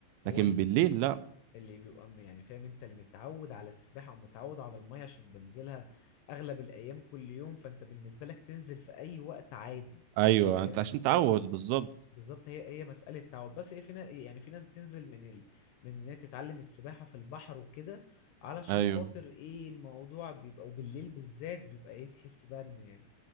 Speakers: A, on the left; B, on the right.
A: هو
B: لكن
A: ال-
B: بالليل لا
A: اللي بيبقى م- يعني فاهم انت اللي متعود على السباحه ومتعود على الميه عشان بنزلها اغلب الايام كل يوم فانت بالنسبه لك تنزل في اي وقت عادي
B: ايوه
A: فاهم
B: انت عشان تعود بالظبط
A: بالظبط هي هي مسألة تعود بس هي في نا- يعني في ناس بتنزل من ال... من ان هي تتعلم السباحة في البحر وكده علشان
B: ايوه
A: خاطر ايه الموضوع بيبقى وبالليل بالذات بيبقى ايه تحس بقى ان